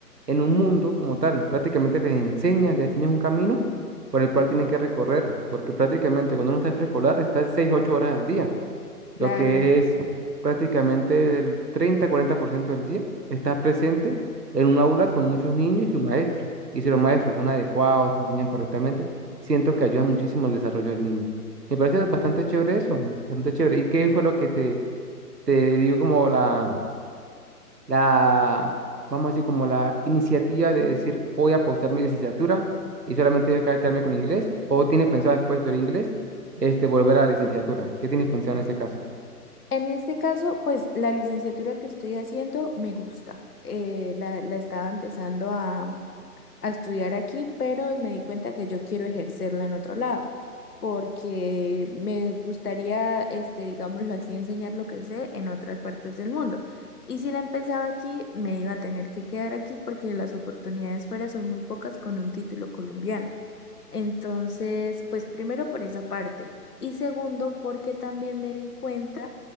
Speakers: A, on the right; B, on the left.
A: en un mundo como tal. Prácticamente les enseñas, les enseñas un camino por el cual tienen que recorrer, porque prácticamente cuando uno está en preescolar está seis, ocho horas al día lo
B: claro.
A: que es prácticamente el treinta cuarenta por ciento del día, estás presente en un aula con muchos niños y sus maestros. Y si los maestros son adecuados, te enseñan correctamente, siento que ayudan muchísimo el desarrollo del niño. Me parece bastante chévere eso, bastante chévere. ¿Y qué fue lo que te, te dio como la, la, vamos a decir, como la iniciativa de decir, voy a pausar mi licenciatura y solamente voy a quedar- quedarme con inglés? ¿O tienes pensado después de estudiar inglés, este, volver a la licenciatura? ¿Qué tienes pensado en ese caso?
B: En este caso, pues la licenciatura que estoy haciendo me gusta. Eh, la, la estaba empezando a estudiar aquí, pero me di cuenta que yo quiero ejercerla en otro lado, porque me gustaría, este, digámoslo así, enseñar lo que sé en otras partes del mundo. Y si la empezaba aquí, me iba a tener que quedar aquí porque las oportunidades fuera son muy pocas con un título colombiano. Entonces, pues primero por esa parte. Y segundo, porque también me di cuenta